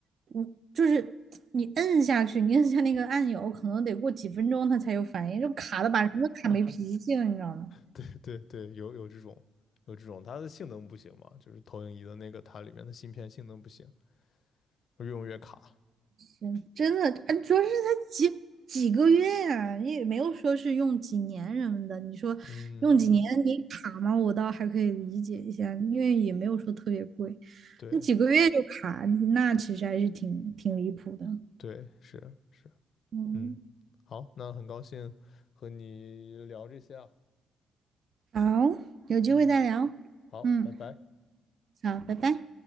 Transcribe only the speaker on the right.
我就是你摁下去，你摁下那个按钮，可能得过几分钟它才有反应，就卡的把人都卡没脾气了，你知道吗？
真真的，啊主要是才几几个月呀、你也没有说是用几年什么的。你说用几年你卡吗？
我倒还可以理解一下，因为也没有说特别贵。
那几个月就卡，那其实还是挺挺离谱的。
嗯，
好，有机会再聊。
嗯，
好，拜拜。